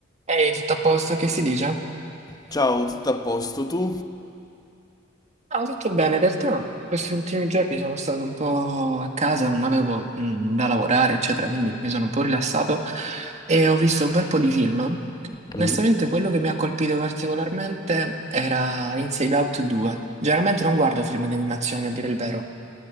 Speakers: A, on the right; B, on the left.
A: Ehi, tutto a posto, che si dice?
B: Ciao, tutto a posto tu?
A: Ah, tutto bene, in realtà questi ultimi giorni sono stato un po' a casa, non avevo mm, da lavorare, eccetera, quindi mi sono un po' rilassato e ho visto un bel po' di film.
B: Mm,
A: Onestamente, quello che mi ha colpito particolarmente era Inside Out 2. Generalmente non guardo film di animazione, a dire il vero,